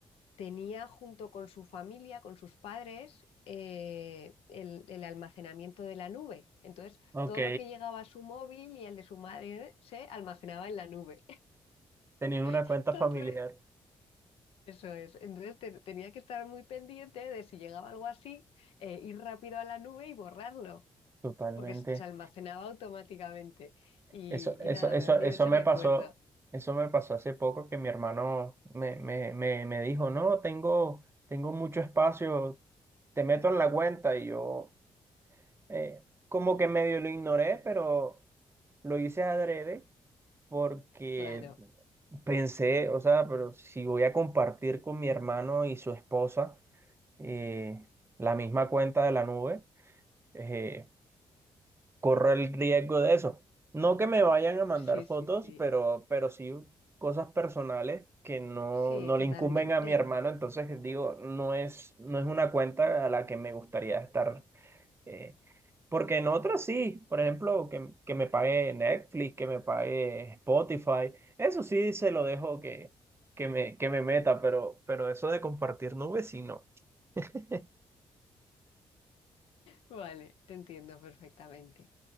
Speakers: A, on the left (about 80°); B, on the right (about 25°).
A: tenía junto con su familia, con sus padres, eh, el, el almacenamiento de la nube. Entonces,
B: Ok,
A: todo lo que llegaba a su móvil y el de su madre se almacenaba en la nube.
B: tenías una
A: <laughs>
B: cuenta
A: Entonces,
B: familiar.
A: eso es. Entonces, te- tenía que estar muy pendiente de si llegaba algo así, eh, ir rápido a la nube y borrarlo,
B: Totalmente.
A: porque se se almacenaba automáticamente. Y,
B: Eso, eso,
A: y nada,
B: eso,
A: me ha venido
B: eso
A: ese
B: me
A: recuerdo.
B: pasó, eso me pasó hace poco que mi hermano me, me, me, me dijo, no, tengo, tengo mucho espacio, te meto en la cuenta y yo eh, como que medio lo ignoré, pero lo hice adrede porque
A: Claro,
B: pensé, o sea, pero si voy a compartir con mi hermano y su esposa eh, la misma cuenta de la nube, eh, corro el riesgo de eso. No que me vayan a mandar
A: sí,
B: fotos,
A: sí, sí.
B: pero, pero sí cosas personales que no,
A: Sí,
B: no
A: totalmente.
B: le incumben a mi hermano. Entonces digo, no es, no es una cuenta a la que me gustaría estar. eh, porque en otras sí, por ejemplo, que, que me pague Netflix, que me pague Spotify, eso sí se lo dejo que, que me, que me meta, pero, pero eso de compartir nubes, sí, no. <laughs>
A: Vale, te entiendo perfectamente.